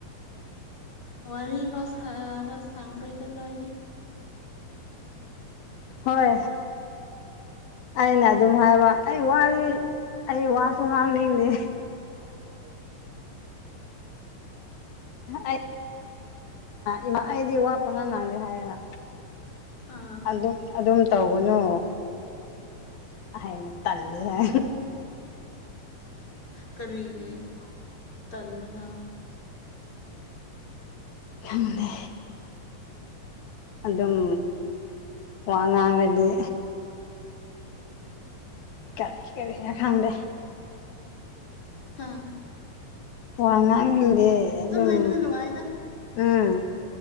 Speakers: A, on the left; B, on the left.
A: ꯋꯥꯔꯤ ꯐꯥꯎ ꯁꯥꯕ ꯁꯪꯗ꯭ꯔꯦꯗ ꯅꯣꯏꯗꯤ꯫
B: ꯍꯣꯏ ꯑꯩꯅ ꯑꯗꯨꯝ ꯍꯥꯏꯕ ꯑꯩ ꯋꯥꯔꯤ ꯑꯩ ꯋꯥꯁꯨ ꯉꯥꯡꯅꯤꯡꯗꯦ ꯑ ꯏꯃꯥ ꯑꯩꯗꯤ <unintelligible> ꯄꯪꯉꯥꯡ ꯉꯥꯡꯗꯦ ꯍꯥꯏꯌꯦꯕ
A: ꯑꯥ
B: ꯑꯗꯨꯝ ꯑꯗꯨꯝ ꯇꯧꯒꯅꯨ ꯍꯥꯏꯃ ꯇꯜꯂꯦ ꯍꯥꯏ
A: ꯀꯔꯤꯒꯤ ꯇꯥꯟꯕꯅꯣ
B: ꯈꯪꯗꯦ ꯑꯗꯨꯝ ꯋꯥ ꯉꯥꯡꯔꯗꯤ ꯀꯔꯤ ꯀꯔꯤꯔ ꯈꯪꯗꯦ
A: ꯍꯥꯥ
B: ꯋꯥ ꯉꯥꯡꯅꯤꯡꯗꯦ ꯑꯗꯨꯝ
A: ꯂꯩꯕꯅ ꯅꯨꯡꯉꯥꯏꯗ
B: ꯎꯝ